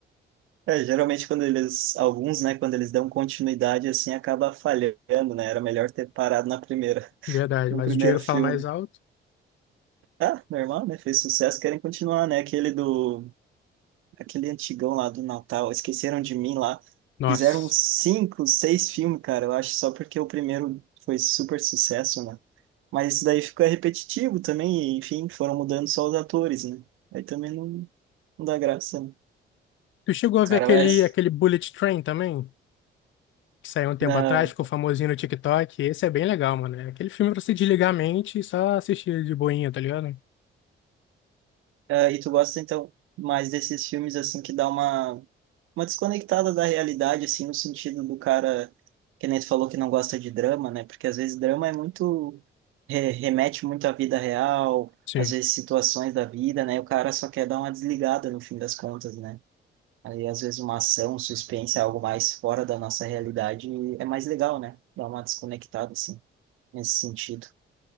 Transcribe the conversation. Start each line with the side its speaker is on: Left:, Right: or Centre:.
Right: É, geralmente quando eles, alguns, né, quando eles dão continuidade, assim, acaba falhando, né, era melhor ter parado na primeira, <laughs>
Left: Verdade,
Right: no
Left: mas
Right: primeiro
Left: o dinheiro
Right: filme.
Left: fala mais alto.
Right: Ah, normal, né, fez sucesso, querem continuar, né, aquele do aquele antigão lá do Natal, Esqueceram de Mim lá.
Left: Nossa.
Right: Fizeram cinco, seis filmes, cara, eu acho, só porque o primeiro foi super sucesso, né? Mas isso daí ficou repetitivo também, e, enfim, foram mudando só os atores, né? Aí também não, não dá graça, né?
Left: Tu chegou a
Right: Cara,
Left: ver aquele,
Right: Mas,
Left: aquele Bullet Train também? Que saiu um tempo
Right: mas
Left: atrás,
Right: não.
Left: ficou famosinho no TikTok. Esse é bem legal, mano. É aquele filme pra você desligar a mente e só assistir de boinha, tá ligado?
Right: É, e tu gosta, então, mais desses filmes, assim, que dá uma, uma desconectada da realidade, assim, no sentido do cara, que nem tu falou que não gosta de drama, né? Porque às vezes drama é muito, re- remete muito à vida real,
Left: Sim.
Right: às vezes situações da vida, né? O cara só quer dar uma desligada no fim das contas, né? Aí, às vezes, uma ação, um suspense, é algo mais fora da nossa realidade é mais legal, né? Dá uma desconectada, assim, nesse sentido.